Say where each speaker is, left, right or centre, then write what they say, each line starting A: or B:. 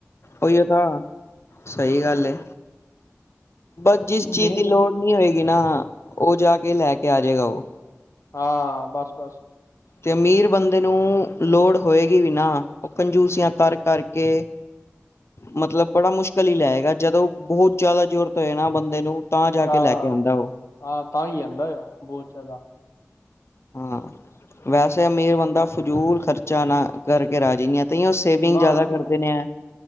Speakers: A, on the left (about 55°); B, on the left (about 80°).
A: ਉਹੀ ਤਾਂ, ਸਹੀ ਗੱਲ ਐ, ਬਸ ਜਿਸ ਚੀਜ਼
B: ਮੇਨ
A: ਦੀ ਲੋੜ ਨੀ ਹੋਏਗੀ ਨਾ, ਉਹ ਜਾ ਕੇ ਲੈ ਕੇ ਆ ਜਾਏਗਾ ਉਹ
B: ਹਾਂ, ਬਸ ਬਸ
A: ਤੇ ਅਮੀਰ ਬੰਦੇ ਨੂੰ ਲੋੜ ਹੋਏਗੀ ਵੀ ਨਾ, ਉਹ ਕੰਜੂਸੀਆਂ ਕਰ ਕਰ ਕੇ ਮਤਲਬ ਬੜਾ ਮੁਸ਼ਕਲ ਹੀ ਲੈਏਗਾ, ਜਦੋਂ ਬਹੁਤ ਜ਼ਿਆਦਾ ਜ਼ੋਰਤ ਹੋਏ ਨਾ ਬੰਦੇ ਨੂੰ ਤਾਂ ਜਾ
B: ਜਾਂ,
A: ਕੇ ਲੈ ਕੇ ਆਉਂਦਾ ਉਹ
B: ਹਾਂ ਤਾਂ ਹੀ ਆਦਾ ਆ ਉਹ ਬਹੁਤ ਜ਼ਿਆਦਾ
A: ਹਾਂ, ਵੈਸੇ ਅਮੀਰ ਬੰਦਾ ਫਜ਼ੂਲ ਖਰਚਾ ਨਾ ਕਰਕੇ ਰਾਜੀ ਨੀ ਆਂ ਤਾਂਂਹੀ ੳ ਸੇਵਿੰਗ
B: ਨਾ
A: ਜ਼ਿਆਦਾ
B: ਜੀ
A: ਕਰਦੇ
B: ਨਾ
A: ਨੇ ਐ,